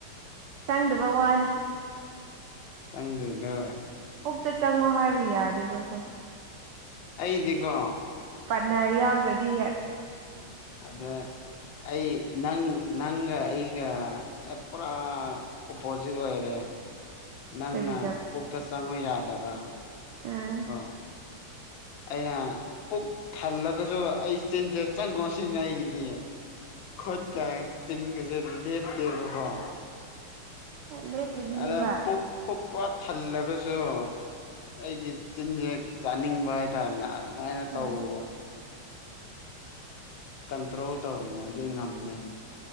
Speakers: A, on the right (about 75°); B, on the left (about 70°).
A: ꯆꯪꯗꯕ ꯋꯥꯅꯤ
B: ꯅꯪꯗꯨꯗꯣ
A: ꯄꯨꯛꯇ ꯆꯪꯉꯣ ꯍꯥꯏꯕ ꯌꯥꯗꯦꯕꯀꯣ
B: ꯑꯩꯗꯤꯀꯣ
A: ꯄꯔ ꯌꯥꯎꯥꯎꯔꯗꯤ
B: ꯑꯗ ꯑꯩ ꯅꯪ ꯅꯪꯒ ꯑꯩꯒ ꯄꯨꯔꯥ ꯑꯣꯄꯣꯖꯤꯠ ꯑꯣꯏꯔꯦ ꯅꯪꯅ
A: ꯀꯔꯤ
B: ꯄꯨꯛꯇ ꯆꯪꯉꯨ ꯌꯥꯗꯕ
A: ꯑ
B: ꯀꯣ ꯑꯩꯅ ꯄꯨꯛ ꯊꯜꯂꯒꯁꯨ ꯑꯩꯆꯤꯟꯁꯦ ꯆꯪꯉꯣ ꯁꯤꯅ ꯑꯩꯒꯤꯗꯤ ꯈꯠ ꯀꯌꯥꯒ ꯆꯤꯟꯒꯁꯦ ꯂꯦꯞꯇꯦꯕꯀꯣ
A: ꯂꯦꯞꯇꯕꯤꯅꯦꯕ
B: ꯑꯗ ꯄ ꯄꯨꯔꯥ ꯊꯜꯂꯒꯁꯨ ꯑꯩꯒꯤ ꯆꯤꯟꯁꯦ ꯆꯥꯅꯤꯡꯕ ꯍꯥꯏꯇꯥꯔꯦꯅꯦ ꯑꯗꯨꯃꯥꯏꯅ ꯇꯧꯕ
A: ꯑꯥ
B: ꯀꯟꯇ꯭ꯔꯣꯜ ꯇꯧꯔꯤꯅꯦ ꯑꯗꯨꯗꯤ ꯉꯝꯗꯦ